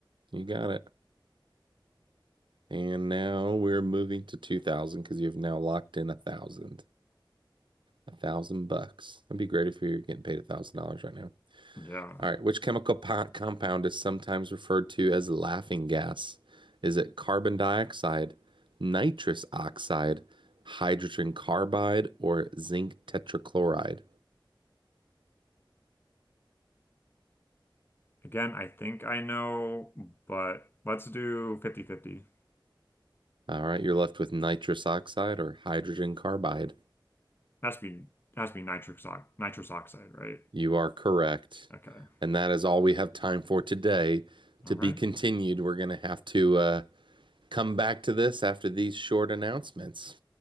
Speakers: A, on the right; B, on the left.
A: You got it. And now we're moving to 2000 because you've now locked in a thousand. A thousand bucks. That'd be great if you're getting paid a thousand dollars right now.
B: Yeah.
A: All right. Which chemical po- compound is sometimes referred to as laughing gas? Is it carbon dioxide, nitrous oxide, hydrogen carbide, or zinc tetrachloride?
B: Again, I think I know, but let's do fifty-fifty.
A: All right. You're left with nitrous oxide or hydrogen carbide.
B: Has to be has to be nitric ox nitrous oxide, right?
A: You are correct.
B: Okay.
A: And that is all we have time for today. To
B: All
A: be
B: right.
A: continued, we're going to have to uh, come back to this after these short announcements.